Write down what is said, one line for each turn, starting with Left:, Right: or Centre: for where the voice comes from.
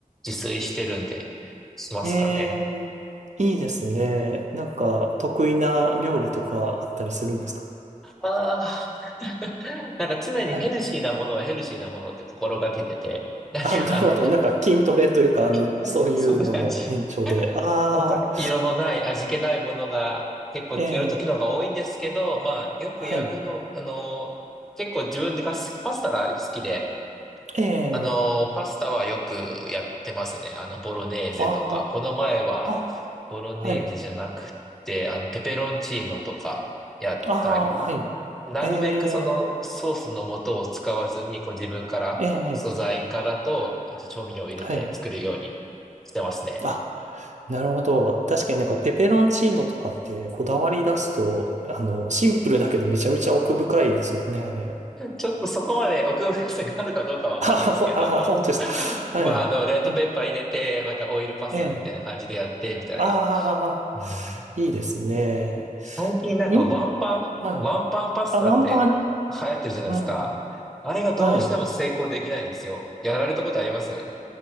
Centre: 自炊してるんで、しますかね。
Right: ええ、いいですね。なんか、得意な料理とかあったりするんですか
Centre: ああ、<laughs> なんか常にヘルシーなものはヘルシーなものって心がけてて、
Right: はい。
Centre: なんか
Right: あ、なるほど。なんか、筋トレというか、あの、
Centre: <laughs> なんか <laughs>
Right: そういうのの延長で。
Centre: そんな感じ。
Right: ああ、
Centre: なんか、色のない、味気ないものが結構やるときの方が多いんですけど、
Right: ええ、
Centre: まあ、よくやるの、
Right: はい。
Centre: あの、結構自分が好き、パスタが好きで、
Right: ええ、
Centre: あの、パスタはよくやってますね。あの、ボロネーゼとか。
Right: あ
Centre: この前は、
Right: あ、ああ、
Centre: ボロネーゼじゃなくて、
Right: はい。
Centre: あの、ペペロンチーノとかやったり、
Right: ああ、はい。
Centre: なるべくそのソースの素を使わずに、
Right: ええ、
Centre: こう自分から、
Right: ええ、
Centre: 素材からと、あと調味料を入れて作るようにしてますね。
Right: はい。あ、なるほど。確かになんかペペロンチーノとかってこだわり出すと、あの、シンプルだけどめちゃめちゃ奥深いですもんね、あれ。
Centre: ちょっとそこまで奥深さがあるかどうかわかんないですけれども、
Right: <laughs> あほあ、本当ですか。
Centre: <laughs> まあ、
Right: はい。
Centre: あの、レッドペッパー入れて、
Right: え
Centre: またオイルパスタみたいな感じでやって、
Right: え、え
Centre: みたいな。
Right: ああ
Centre: うん
Right: ー、いいですね。
Centre: 最近なんかワンパンワンパンパスタって流行ってるじゃないですか。
Right: んはい。あ、ワンパン。うんうん。
Centre: あれがどうしても成功できないんですよ。
Right: はい。
Centre: やられたことあります